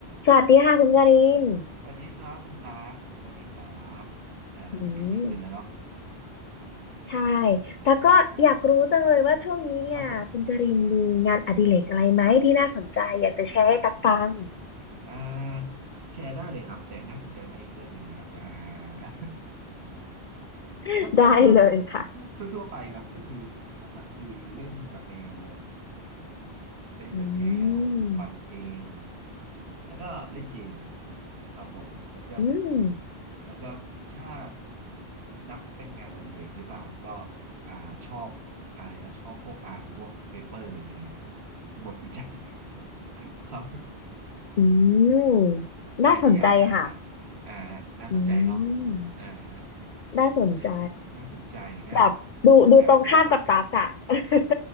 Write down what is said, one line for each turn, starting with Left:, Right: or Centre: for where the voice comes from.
Left: สวัสดีค่ะคุณการิน
Right: สวัสดีครับคุณตากสวัสดีครับอ่าเด็กเรียนนี่คืนแล้วเนาะ
Left: อืมใช่
Right: <laughs>
Left: แล้วก็อยากรู้จังเลยว่าช่วงนี้เนี่ยคุณการินมีงานอดิเรกอะไรไหมที่น่าสนใจอยากจะแชร์ให้ตักฟัง
Right: อ่าครับผมอ่าแชร์ได้เลยครับแต่น่าสนใจไหมอีกเรื่องหนึ่งนะครับอ่า <laughs>
Left: <laughs>
Right: ก็ทั่วทั่ว
Left: ได้เลยค่ะ
Right: ทั่วทั่วไปครับก็คือหลักๆคือเล่นกับแมว เล่นกับแมวฟังเพลง
Left: อืม
Right: แล้วก็เล่นเกมครับผมแล้วก็
Left: อืม
Right: แล้วก็ถ้านับเป็นงานอดิเรกหรือเปล่าก็อ่าชอบอะไรนะชอบพวกอ่านพวกเปเปอร์หรือบทวิจัย <laughs> ครับ
Left: อืม
Right: แล้วก็นิยายก็อ่านนะ
Left: น่าสนใจค่ะ
Right: อ่าฮะน่าสนใจเนาะ
Left: อืม
Right: อ่าฮะ
Left: น่าสนใจ
Right: เอยน่าสนใจก็
Left: แบบดูดูตรงข้ามกับตักอะ
Right: แบบ
Left: <laughs>